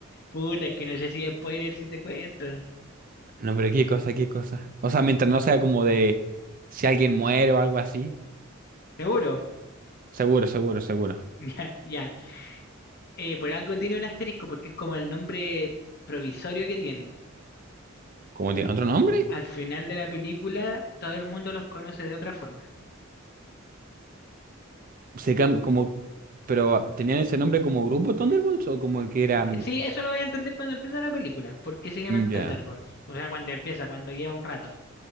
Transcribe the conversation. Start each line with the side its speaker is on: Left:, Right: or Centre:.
Left: Puta, es que no sé si es spoiler si te cuento.
Right: No, pero qué cosa, qué cosa. O sea, mientras no sea como de si alguien muere o algo así.
Left: ¿Seguro? <laughs>
Right: Seguro, seguro, seguro.
Left: Ya, ya. Eh, por algo tiene un asterisco, porque es como el nombre provisorio que tienen.
Right: ¿Cómo tiene otro nombre?
Left: Al final de la película, todo el mundo los conoce de otra forma.
Right: Se cam- como, pero ¿tenían ese nombre como grupo Thunderbolts o como que era
Left: Es que
Right: mm,
Left: sí, eso lo voy a entender cuando empieza la película. ¿Por qué se llaman
Right: ya?
Left: Thunderbolts? O sea, cuando empieza, cuando lleva un rato.